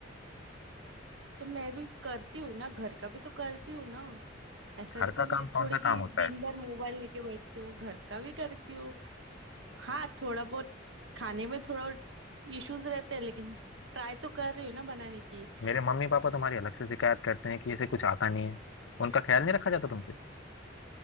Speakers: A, on the right; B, on the left.
A: तो मैं भी करती हूँ ना घर का भी तो करती हूँ ना ऐसा
B: घर
A: नहीं कोई
B: का
A: नहीं-
B: काम कौन
A: थोड़ी
B: सा
A: कि
B: काम होता
A: दिन
B: है
A: भर मोबाइल लेके बैठती हूँ घर का भी करती हूँ हाँ थोड़ा बहुत खाने में थोड़ा इश्यूज रहते हैं लेकिन ट्राई तो कर रही हूँ ना बनाने की
B: मेरे मम्मी पापा तुम्हारी अलग से शिकायत करते हैं कि इसे कुछ आता नहीं है उनका ख्याल नहीं रखा जाता तुमसे